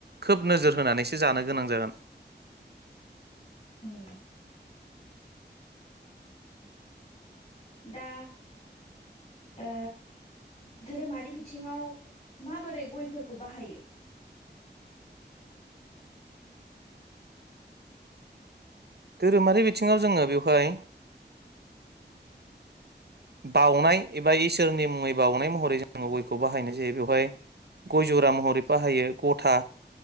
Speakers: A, on the right; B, on the left.
A: खोब नोजोर होनानैसो जानो गोनां जागोन।
B: उम दा ओ धोरोमारि बिथिङाव माबोरै गय फोरखौ बाहायो
A: धोरोमारि बिथिङाव जोङो बेवहाय बाउनाय एबा इसोरनि मुङै बाउनाय महरै जोङो गयखौ बाहायनाय जायो बेवहाय गय जरा महरै बाहायो गथा